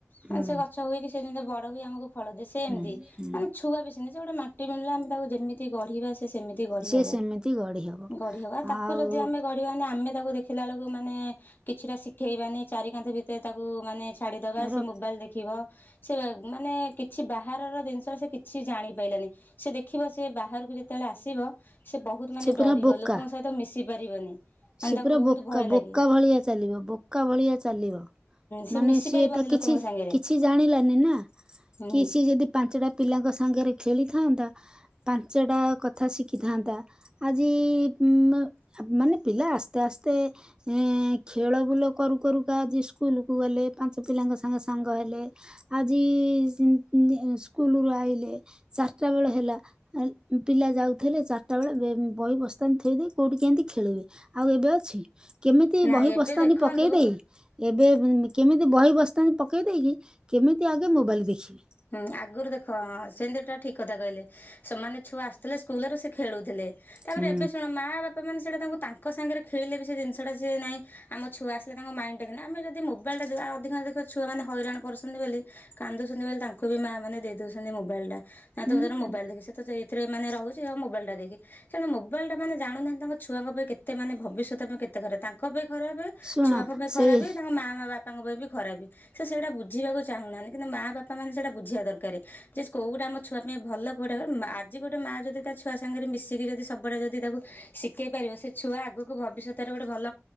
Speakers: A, on the left; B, on the right.
A: ମାନେ
B: ହୁଁ।
A: ସେ ଗଛ ହୁଏ କି ସେ ଯେମିତି ବଡ ହୁଏ ଆମକୁ ଫଳ ଦିଏ ସେ
B: ହୁଁ
A: ଏମିତି
B: ହୁଁ
A: ମାନେ ଛୁଆ ବେଶୀ ଜି ଗୋଟେ ମାଟି ପେଣ୍ଡୁଳା ଆମେ ତାକୁ ଯେମିତି ଗଢିବା ସେମିତି ଗଢି
B: ସେ
A: ହବ
B: ସେମିତି ଗଢ଼ି ହବ
A: ଗଢି ହବ ଆତାକୁ
B: ଆଉ
A: ଯଦି ଆମେ ଗଢିବା ନା ଆମେ ତାକୁ ଦେଖିଲା ବେଳକୁ ମାନେ କିଛିଟା ଶିଖେଇବାନି ଚାରି କାନ୍ଥ ଭିତରେ ତାକୁ ମାନେଜ୍ ଛାଡି ଦବା
B: ର
A: ସିଏ ମୋବାଇଲି ଦେଖିବ। ଛୂଆ ସିଏ ଉଃ ମାନେ କିଛି ବାହାରର ଜିନିଷ ସେ କିଛି ଜାଣିପାଇଲାନି। ସିଏ ଦେଖିବ ସିଏ ବାହାରକୁ ଯେତେଳେ ଆସିବ ସିଏ ବହୁତ ମାନେ
B: ସେ ପୁରା
A: ଡରିବ
B: ବୋକା।
A: ଲୋକଙ୍କ ସହିତ ମିଶି ପାରିବନି। ମାନେ
B: ସେ
A: ତାକୁ
B: ପୁରା
A: ବହୁତ
B: ବୋକା
A: ଭୟ
B: ବୋକା
A: ଲାଗେ
B: ଭଳିଆ ଚାଲିବ ବୋକା ଭଳିଆ ଚାଲିବ।
A: ସେ
B: ମାନେ
A: ମିଶି
B: ସିଏ
A: ପାରିବନି
B: ତ କିଛି
A: ଲୋକଙ୍କ ସାଙ୍ଗରେ
B: କିଛି ଜାଣିଲାନି ନା
A: ହୁଁ
B: କି ସିଏ ଯଦି ପାଞ୍ଚଟା ପିଲାଙ୍କ ସାଙ୍ଗରେ ଖେଳିଥାନ୍ତା ପାଞ୍ଚଟା କଥା ଶିଖିଥାନ୍ତା। ଆଜି ଉଁ ଆମାନେ ପିଲା ଆସ୍ତେ ଆସ୍ତେ ଏଁ ଖେଳ ବୁଲ କରୁ କରୁ କା ଆଜି ସ୍କୁଲକୁ ଗଲେ ପାଞ୍ଚ ପିଲାଙ୍କ ସାଙ୍ଗେ ସାଙ୍ଗ ହେଲେ। ଆଜି ଉଂ ଉଂ ସ୍କୁଲ ରୁ ଆଇଲେ ଚାରିଟା ବେଳେ ହେଲା। ଏ ଇ ପିଲା ଯାଉଥିଲେ ଚାର୍ ସେତେବେଳେ ବେ ବହି ବସ୍ତାନି ଥୋଇ ଦେଇ କୋଉଠି କେମିତି ଖେଳିବେ ଆଉ ଏବେ ଅଛି। କେମିତି
A: ନାଇଁ
B: ବହି
A: ଏବେ
B: ବସ୍ତାନୀ
A: ଦେଖନ୍ତୁ
B: ପକେଇ ଦେଇ ଏବେ ଉଂ କେମି ତି ବହି ବସ୍ତାନ୍ତି ପକେଇ ଦେଇକି କେମିତି ଆଗେ ମୋବାଇଲ ଦେଖିବି।
A: ହୁଁ ଆଗରୁ ଦେଖ ହଁ ସେମିତିଟା ଠିକ କଥା କହିଲେ ସେମାନେ ଛୁଆ ଆସୁଥିଲେ ସ୍କୁଲରୁ ସେ ଖେଳୁଥିଲେ। ତାପରେ
B: ହୁଁ।
A: ଏବେ ଶୁଣ ମା ବାପା ମାନେ ସେଇଟା ତାଙ୍କୁ ତାଙ୍କ ସାଙ୍ଗରେ ଖେଳିଲେ ବି ସେ ଜିନିଷଟା ସିଏ ନାଇଁ ଆମ ଛୁଆ ସି ହେଲେ ତାଙ୍କ ମାଇଣ୍ଡଟା କିି ଆମେ ଯଦି ମୋବାଇଲ୍ ଟା ଦବା ଅଧିକାଂଶ ଦେଖିବା ଛୁଆମାନେ ହଇରାଣ କରୁଚନ୍ତି ବୋଲି କାନ୍ଦୁଚନ୍ତି ବୋଲି ତାଙ୍କୁ ଙ୍କୁ ବି ମା ମାନେ ଦେଇ ଦୋଉଚନ୍ତି ମୋବାଇଲ ଟା ନା
B: ହୁଁ।
A: ତୁମେ ତର
B: ହୁଁ।
A: ମୋବାଇଲ ଦେଖି ସିଏ ତ ଯି ଥିରେ ମାନେ ରହୁଚି ଆଉ ମୋବାଇଲ ଟା ଦେଇକି। ସେମିତି ମୋବାଇଲ ଟା ମାନେ ଜାଣୁନାହାନ୍ତି ତାଙ୍କ ଛୁଆଙ୍କ ପାଇଁ କେ କେତେ ମାନେ ଭବିଷ୍ୟତ ପାଇଁ କେତେ ଖରାପେ ତାଙ୍କ ପାଇଁ ଖରାପେ।
B: ଶୁଣ
A: ଛୁଆଙ୍କ ପାଇଁ
B: ସେଇ
A: ଖରାପେ ତାଙ୍କ ମା ଆଁ ମାଁବାପା ପାଙ୍କ ପାଇଁ ବି ଖରାପେ ସେ ସେଇଟା ବୁଝିବାକୁ ଚାହୁଁ ନାହାନ୍ତି କିନ୍ତୁ ମା ବାପା ମାନେ ସେଟା ବୁଝିବା ଦର୍ କାରେ ଯେ କୋଉଟା ଆମ ଛୁଆ ମେ ଭଲ କୋଉଟା କହନିଁ ମା ଆଜି ଗୋଟେ ମା ଯଦି ତା ଛୁଆ ସାଙ୍ଗରେ ମିଶିକି ଯଦି ସବୁଡେ ଯଦି ତାକୁ ଶିକେଇ ପାରିବ ସେ ଛୁଆ ଆଗକୁ ଭବିଷ୍ୟତରେ ଗୋଟେ ଭଲ